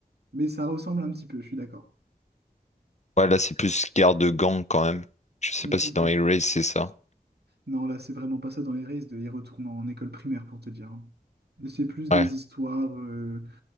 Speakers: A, on the right; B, on the left.
A: Mais ça ressemble un petit peu, je suis d'accord.
B: Ouais, là, c'est plus guerre de gang quand même. Je sais
A: Mm,
B: pas si
A: mm,
B: dans
A: mm.
B: Hellraise, c'est ça.
A: Non, là, c'est vraiment pas ça dans les races, de y retourner en école primaire pour te dire. hein. C'est plus des
B: Ouais.
A: histoires euh,